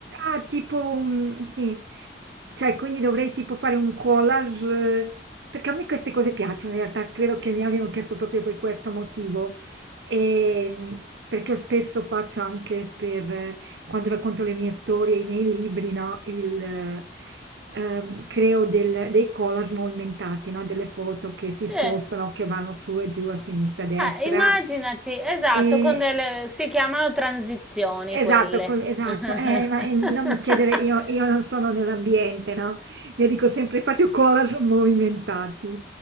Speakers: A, on the right; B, in the centre.
A: ah, tipo, un- sì, cioè, quindi dovrei tipo fare un collage, eh, perché a me queste cose piacciono, in realtà, credo che mi abbiano chiesto proprio per questo motivo, e, mm, perché io spesso faccio anche per, eh, quando racconto le mie storie, i miei libri, no, il, eh, ehm, creo del- dei collage movimentati, no, delle foto che si
B: Sì.
A: spostano, che vanno su e giù, a sinistra, a destra,
B: Eh, immaginati, esatto,
A: e...
B: con delle, si chiamano transizioni quelle.
A: Esatto, co- esatto,
B: <laughs>
A: eh, ma eh, non mi chiedere, io, io non sono nell'ambiente, no? Io dico sempre faccio collage movimentati.